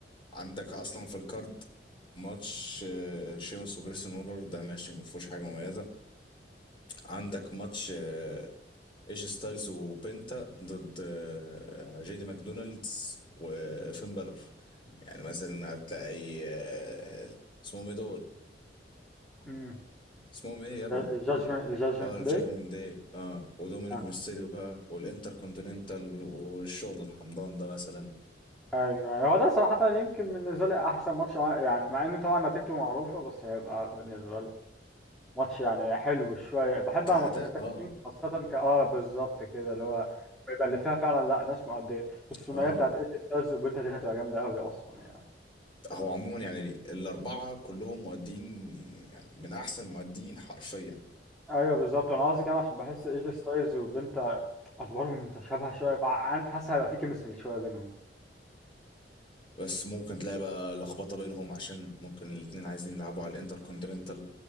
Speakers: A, on the left; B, in the centre.
A: عندك اصلا في الكارد ماتش آه، شيمس وجريسون وولر ده ماشي ما فيهوش حاجة مميزة عندك ماتش آه، ايجي ستايلز وبنتا ضد آه، جيدي ماكدونالدز وفين بالور يعني مثلا هتلاقي آه، اسمهم ايه دول
B: امم
A: اسمهم ايه يا ابني
B: الجادجمنت الجادجمنت
A: اه الجادجمنت
B: داي
A: داي اه ودومينيك
B: اه
A: ميستيريو بقى والانتر كونتيننتال والشغل الحمضان ده مثلا
B: ايوه يعني هو ده صراحه يمكن بالنسبه لي احسن ماتش يعني مع ان طبعا نتيجته معروفه بس هيبقى بالنسبه لي ماتش يعني حلو شويه بحب
A: كأداء
B: انا ماتشات التاج
A: اه
B: تيم خاصه ك اه بالظبط كده اللي هو بيبقى اللي فيها فعلا لا ناس مؤديه الثنائيه
A: اه
B: بتاعت ايجي ستايلز وبنتا دي هتبقى جامده قوي اصلا يعني
A: هو عموما يعني الأربعة كلهم مؤدين يعني من أحسن المؤدين حرفيا
B: ايوه بالظبط انا قصدي كمان عشان بحس ايجي ستايلز وبنتا ادوارهم متشابهه شويه فعارف حاسس هيبقى في كيمستري شويه بينهم
A: بس ممكن تلاقي بقى لخبطة بينهم عشان ممكن الاتنين عايزين يلعبوا على الانتر كونتيننتال